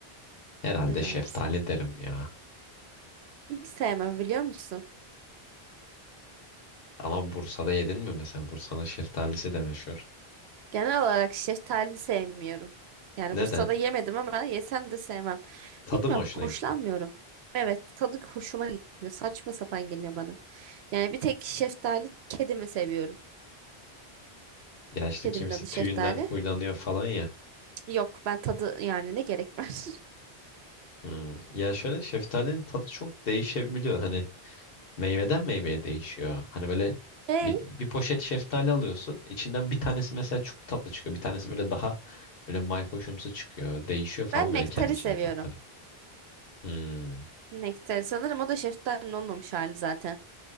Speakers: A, on the left (about 65°); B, on the right (about 80°).
A: Herhalde
B: Ne dersin?
A: şeftali derim ya.
B: Hiç sevmem biliyor musun?
A: Ama Bursa'da yedin mi mesela? Bursa'nın şeftalisi de meşhur.
B: Genel olarak şeftali sevmiyorum. Yani
A: Neden?
B: Bursa'da yemedim ama yesem de sevmem.
A: Tadı
B: Bilmiyorum
A: mı hoşuna
B: hoşlanmıyorum.
A: gitmiyor?
B: Evet tadı hoşuma gitmiyor. Saçma sapan geliyor bana. Yani bir tek şeftali kedimi seviyorum.
A: Ya işte
B: Kedimin
A: kimisi
B: adı
A: tüyünden
B: Şeftali.
A: huylanıyor falan ya.
B: Yok ben tadı yani ne gerek var. <laughs>
A: Hmm. Ya şöyle şeftalinin tadı çok değişebiliyor. Hani meyveden meyveye değişiyor. Hani böyle
B: Hey
A: bir, bir poşet şeftali alıyorsun. İçinden bir tanesi mesela çok tatlı çıkıyor. Bir tanesi böyle daha böyle mayhoşumsu çıkıyor. Değişiyor falan
B: ben
A: böyle
B: nektari
A: kendi içinde
B: seviyorum.
A: tatları. Hmm.
B: Nektari sanırım o da şeftalinin olmamış hali zaten.